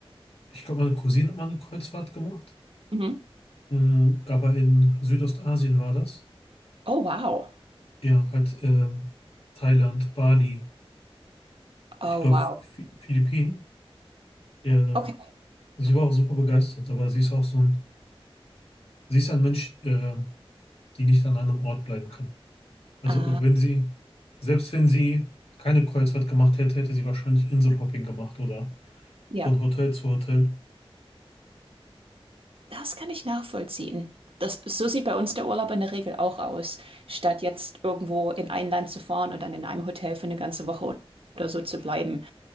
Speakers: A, on the left; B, on the right.
A: ich glaube, meine Cousine hat mal eine Kreuzfahrt gemacht,
B: Mhm.
A: Mm, aber in Südostasien war das.
B: Oh, wow.
A: Ja, halt ähm, Thailand, Bali,
B: Oh,
A: ich glaube,
B: wow.
A: Phi- Philippinen. Ja,
B: Okay.
A: sie war auch super begeistert, aber sie ist auch so ein, sie ist ein Mensch, äh, die nicht an einem Ort bleiben kann. Also
B: Ah,
A: wenn sie, selbst wenn sie keine Kreuzfahrt gemacht hätte, hätte sie wahrscheinlich Inselhopping gemacht oder
B: ja.
A: von Hotel zu Hotel.
B: Das kann ich nachvollziehen. Das, so sieht bei uns der Urlaub in der Regel auch aus. Statt jetzt irgendwo in ein Land zu fahren und dann in einem Hotel für eine ganze Woche oder so zu bleiben.